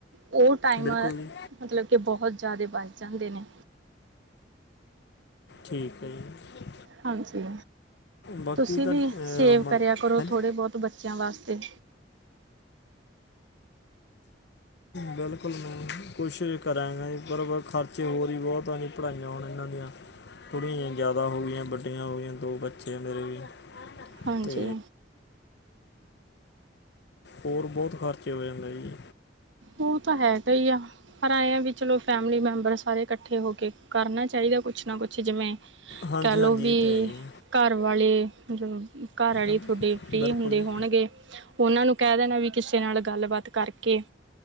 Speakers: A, on the right (about 80°); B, on the left (about 65°).
A: ਉਹ ਟਾਈਮ
B: ਬਿਲਕੁਲ ਜੀ
A: ਮਤਲਬ ਕਿ ਬਹੁਤ ਜ਼ਿਆਦਾ ਬਨ ਜਾਂਦੇ ਨੇ
B: ਠੀਕ ਹੈ ਜੀ
A: ਹਾਂਜੀ
B: ਬਾਕੀ
A: ਤੁਸੀਂ
B: ਤਾਂ
A: ਵੀ
B: ਅਹ,
A: ਸੇਵ
B: ਮਨ
A: ਕਰਿਆ ਕਰੋ
B: ਹਾਂਜੀ
A: ਥੋੜ੍ਹੇ ਬਹੁਤ ਬੱਚਿਆਂ ਵਾਸਤੇ
B: ਬਿਲਕੁਲ ਮੈਂ ਕੋਸ਼ਿਸ਼ ਕਰਾਂਗਾ ਬਰ ਖਰਚ ਤੇ ਔਰ ਹੀ ਬਹੁਤ ਆ ਨਹੀਂ ਪੜ੍ਹਾਈਆਂ ਹੋਣ ਇਹਨਾਂ ਦੀਆਂ ਥੋੜ੍ਹੀ ਜਹੀ ਜ਼ਿਆਦਾ ਹੋ ਗਈਆਂ ਵੱਡੀਆਂ ਹੋ ਗਈਆਂ ਦੋ ਬੱਚੇ ਆ ਮੇਰੇ
A: ਹਾਂਜੀ
B: ਤੇ ਹੋਰ ਬਹੁਤ ਖਰਚੇ ਹੋ ਜਾਂਦਾ ਜੀ
A: ਉਹ ਤਾਂ ਹੈਗਾ ਹੀ ਆ ਪਰ ਆਏ ਆ ਵੀ ਚਲੋ ਫੈਮਿਲੀ ਮੈਂਬਰ ਸਾਰੇ ਇਕੱਠੇ ਹੋ ਕੇ ਕਰਨਾ ਚਾਹੀਦਾ ਕੁਛ ਨਾ ਕੁਛ ਜਿਵੇਂ
B: ਹਾਂਜੀ
A: ਕਹਿ ਲੋ
B: ਹਾਂਜੀ
A: ਵੀ
B: ਇਹ ਤਾਂ ਹੈ ਜੀ
A: ਘਰ ਵਾਲੇ ਜ ਘਰ ਆਲੀ
B: ਹਾਂਜੀ
A: ਤੁਹਾਡੀੇ ਫ੍ਰਰੀ
B: ਬਿਲਕੁਲ
A: ਹੁੰਦੀ
B: ਜੀ
A: ਹੋਣਗੇ ਉਹਨਾਂ ਨੂੰ ਕਹਿ ਦੇਣਾ ਵੀ ਕਿਸੇ ਨਾਲ ਗੱਲਬਾਤ ਕਰਕੇ